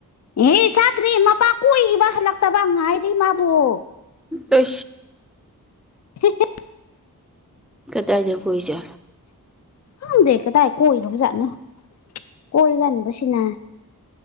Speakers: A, on the left; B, in the centre.
A: ꯑꯦ ꯆꯥꯗ꯭ꯔꯔꯤ ꯃꯄꯥ ꯀꯣꯏꯈꯤꯕ ꯍꯜꯂꯛꯇꯕ ꯉꯥꯏꯔꯤ ꯃꯥꯕꯨꯣ
B: ꯁ
A: <unintelligible>
B: ꯀꯗꯥꯏꯗ ꯀꯣꯏ ꯆ
A: ꯍꯗ ꯀ ꯇ ꯑꯣꯏꯒꯕꯖꯥꯠꯅ ꯀꯣꯏꯒꯥꯟꯕꯁꯤꯅ